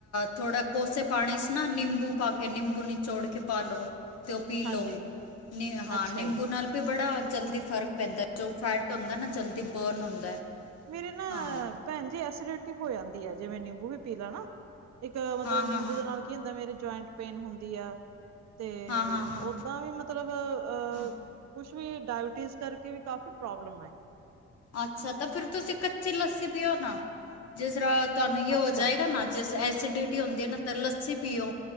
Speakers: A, on the left; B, on the right.
A: ਥੋੜਾ ਕੋਸੇ ਪਾਣੀ ਚ ਨਾ ਨਿੰਬੂ ਪਾ ਕੇ, ਨਿੰਬੂ ਨਿਚੋੜ ਕੇ ਪਾ ਲੋ। ਤੇ ਉਹ ਪੀ ਲਓ
B: ਹਾਂਜੀ,
A: ਨੀ ਹਾਂ
B: ਅੱਛਾ
A: ਨਿੰਬੂ
B: ਜੀ।
A: ਨਾਲ ਵੀ ਬੜਾ ਜਲਦੀ ਫ਼ਰਕ ਪੈਂਦਾ ਜੋ ਫੈਟ ਹੁੰਦਾ ਨਾ ਜਲਦੀ ਬਰਨ ਹੁੰਦਾ
B: ਮੇਰੀ ਨਾ
A: ਹਾਂ।
B: ਭੈਣ ਜੀ ਐਸੀਿਡਿਟੀ ਹੋ ਜਾਂਦੀ ਹੈ। ਜਿਵੇਂ ਨਿੰਬੂ ਵੀ ਪੀ ਲੈ ਨਾ, ਇੱਕ ਮਤਲਬ
A: ਹਾਂ
B: ਨਿੰਬੂ
A: ਹਾਂ ਹਾਂ
B: ਦੇ ਨਾਲ ਕੀ ਹੁੰਦਾ ਮੇਰੇ ਜੁਆਇੰਟ ਪੇਨ ਹੁੰਦੀ ਆ। ਤੇ
A: ਹਾਂ ਹਾਂ ਹਾਂ
B: ਓਦਾਂ ਵੀ ਮਤਲਬ ਮਤਲਬ
A: ਹਾਂ
B: ਅ ਕੁਛ ਵੀ ਡਾਇਬੀਟੀਜ਼ ਕਰਕੇ ਵੀ ਕਾਫ਼ੀ ਪ੍ਰੋਬਲਮ ਹੈ।
A: ਅੱਛਾ, ਤਾਂ ਫੇਰ ਤੁਸੀਂ ਕੱਚੀ ਲੱਸੀ ਪਿਓ ਨਾ। ਜਿਸ ਤਰ੍ਹਾਂ ਤੁਹਾਨੂੰ ਇਹ ਹੋ
B: ਅੱਛਾ,
A: ਜਾਏਗਾ ਨਾ ਜਿਸ ਐਸੀਡਿਟੀ ਹੁੰਦੀ ਨਾ ਤਾਂ ਲੱਸੀ ਪੀਓ।